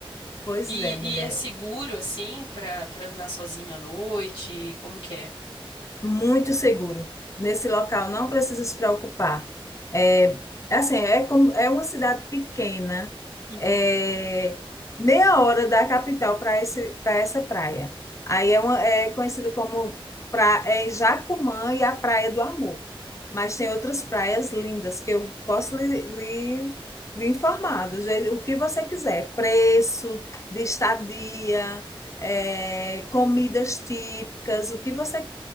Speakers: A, on the left (about 30°); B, on the left (about 75°).
A: pois
B: E,
A: é, mulher.
B: e é seguro assim pra para andar sozinho à noite? Como que é?
A: Muito seguro. Nesse local não precisa se preocupar. É, assim, é como é uma cidade pequena,
B: Uhum.
A: é meia hora da capital para esse para essa praia. Aí é, uma, é conhecido como pra, é Jacumã e a Praia do Amor. Mas tem outras praias lindas que eu posso lhe, lhe, lhe informar do jeito, o que você quiser, preço de estadia, é, comidas típicas, o que você